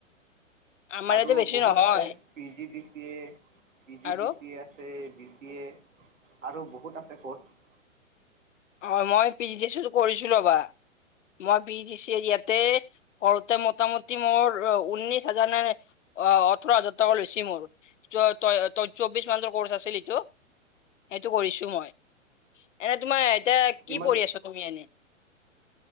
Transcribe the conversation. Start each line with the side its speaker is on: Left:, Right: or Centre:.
Left: আমাৰ
Right: আৰু
Left: ইয়াতে বেছি
Right: বহুত
Left: নহয়
Right: আছে P G D C A, P G
Left: আৰু
Right: ডি চি এ আছ এ বি চি এ আৰু বহুত আছে ক'ৰ্চ।
Left: অ', মই পি জি ডিচ ৰ টো কৰিছিলোঁ এবাৰ। মই পি জি ডি চি‌ ইয়াতে কৰোঁতে মোটামুটি মোৰ ঊনৈশ হাজাৰ মান অ', ওঠৰ হাজাৰ টকা লৈছ মোৰ ত' তই ত চৌবিশ মানহৰ ক'ৰ্চ আছিল এইটো। সেইটো কৰিছো মই এনে তোমাৰ এতিয়া কি
Right: কিমান
Left: পঢ়ি আছ তুমি এনে?